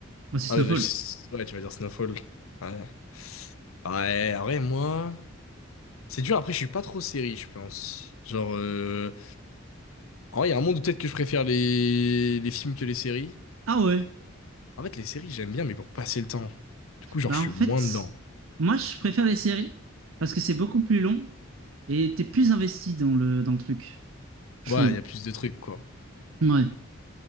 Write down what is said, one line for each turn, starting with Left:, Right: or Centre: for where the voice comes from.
Right: Moi, c'est
Left: Ah
Right: Snowfall.
Left: ouais, bah, je- ouais, tu vas dire Snowfall. Ouais. Ouais, en vrai, moi. C'est dur, après, je suis pas trop série, je pense. Genre, euh... en vrai, il y a un monde où peut-être que je préfère les... les films que les séries.
Right: Ah ouais.
Left: En fait, les séries, j'aime bien, mais pour passer le temps. Du coup, genre,
Right: Bah
Left: je
Right: en
Left: suis
Right: fait,
Left: moins dedans.
Right: moi je préfère les séries parce que c'est beaucoup plus long et t'es plus investi dans le dans le truc, je
Left: Ouais,
Right: trouve.
Left: il y a plus de trucs, quoi.
Right: Ouais.